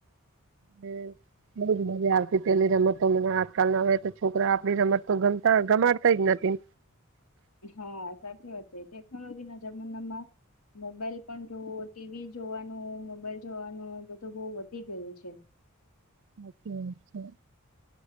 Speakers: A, on the right; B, on the left.
A: હમ્મ. બઉ જ મજા આવતી પેલી રમતો મન આજકાલના હોય તો છોકરા આપણી રમતો ગમતા ગમાડતા જ નથી
B: હા, સાચી વાત છે ટેકનોલોજીના જમાનામાં મોબાઈલ પણ જો ટીવી જોવાનું, મોબાઈલ જોવાનું બધું બોઉ વધી ગયું છે.
A: સાચી વાત છે.